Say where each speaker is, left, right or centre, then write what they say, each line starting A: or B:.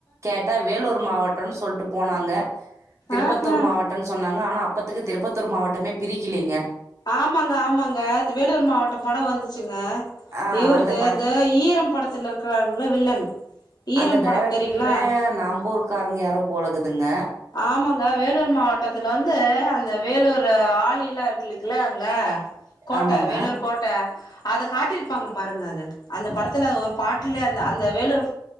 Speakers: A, on the right; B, on the left.
A: கேட்டா வேலூர் மாவட்டன்னு சொல்ட்டு போனாங்க திருப்பத்தூர்
B: ஆஹா
A: மாவட்டன்னு சொன்னாங்க ஆனா அப்பத்துக்கு திருப்பத்தூர் மாவட்டமே பிரிக்கலிங்க
B: ஆமாங்க ஆமாங்க வேலூர் மாவட்ட படோ வந்துச்சுங்க
A: ஆ
B: இவருது
A: படத்
B: அந்த ஈரம் படத்துல இருக்கிறாங்கள வில்லன் ஈரம்
A: அந்த டேரக்ட்ரு
B: படம் தெரியுங்களா
A: நம்பூருக்காரங்க யாரோ போலக்குதுங்க
B: ஆமாங்க வேலூர் மாவட்டத்துல வந்து அந்த வேலூர் ஆ வேலி எல்லா இருக்குல்லங்கள அங்க கோட்ட
A: ஆமாங்க.
B: வேலூர் கோட்ட அத காட்டியிருப்பாங்க பாருங்க அத அந்த படத்துல ஒரு பாட்டுல அந்த அந்த வேலூரு